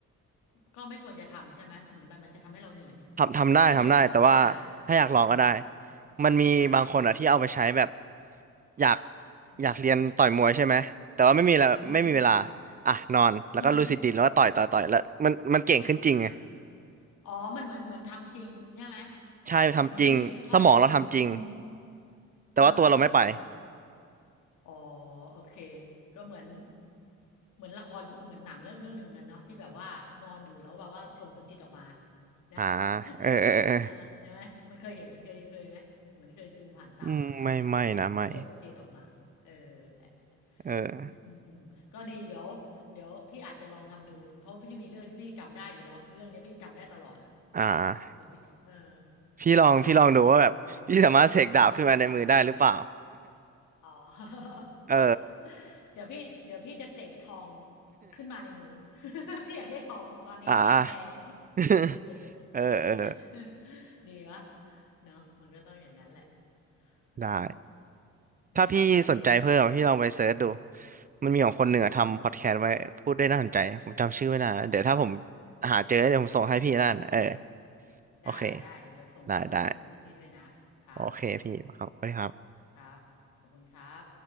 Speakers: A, on the left; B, on the right.
A: ก็ไม่ควรจะทำใช่ไหมเหมือนแบบมันจะทำให้เราเหนื่อย
B: ทำทำได้ทำได้แต่ว่า
A: แต่ถ้าอยากลองก็ได้
B: ถ้าอยากลองก็ได้
A: อืม
B: มันมีบางคนอะที่เอาไปใช้แบบ
A: อ่าอ่า
B: อยาก
A: อืม
B: อยากเรียนต่อยมวยใช่ไหมแต่ว่าไม่มีแล้วไม่มีเวลา
A: อืมอืม
B: อ่ะนอนแล้วก็ลูซิดดรีมแล้วก็ต่อยต่อยต่อยแล้วมันมันเก่งขึ้นจริงไง
A: อืมอ่า อ๋อมันเหมือนเหมือนทำจริงใช่ไหม
B: ใช่ทำจริงสมองเราทำจริง
A: เออมันก็มีข้อดีอืม
B: แต่ว่าตัวเราไม่ไป
A: อ่าอ่าอ๋อโอเคก็เหมือนเหมือนละครเหมือนหนังเรื่องเรื่องหนึ่งเหมือนกันเนาะที่แบบว่านอนอยู่แล้วแบบว่าส่งจิตออกมานะ
B: อ่า
A: <laughs>
B: เออเออเออ
A: เออใช่ไหมมันเคยเห็นเคยเคยไหมเหมือนเคยดูผ่านตาไหมมันจะมีแบบ
B: อืมไม่ไม่นะไม่
A: ส่งจิตออกมาเออแหละ
B: เออ
A: อืมอืมอืมก็ดีเดี๋ยวเดี๋ยวพี่อาจจะลองทำดู เพราะพี่มีเรื่องที่พี่จำได้อยู่แล้วเรื่องเนี้ยพี่จำได้ตลอด
B: อ่า
A: เดี๋ยวพี่จะเออ
B: พี่ลองพี่ลองดูว่าแบบพี่สามารถเสกดาบขึ้นมาในมือได้หรือเปล่า
A: ว่าอืมอ๋อ
B: <laughs>
A: <laughs>
B: เออ
A: เดี๋ยวพี่เดี๋ยวพี่จะเสกทองขึ้นมาในมือ <laughs> พี่อยากได้ทองตอนนี้ทองแพง
B: <laughs> อ่า <laughs>
A: <laughs>
B: เออเออ
A: ดีวะเนาะมันก็ต้องอย่างนั้นแหละเออ
B: ได้
A: อืม
B: ถ้าพี่สนใจเพิ่มพี่ลองไปเซิร์ชดูมันมีของคนเหนือทำพอดแคสต์ไว้พูดได้น่าสนใจผมจำชื่อไม่ได้นะเดี๋ยวถ้าผม
A: อืม
B: หาเจอเดี๋ยวผมส่งให้พี่นั่นเออ
A: อืม
B: โอเค
A: ได้ได้เดี๋ยวส่งส่งข้อมูลให้พี่ด้วยนะครับ
B: ได้ได้โอเคพี่ครับสวัสดีครับ
A: ครับขอบคุณครับ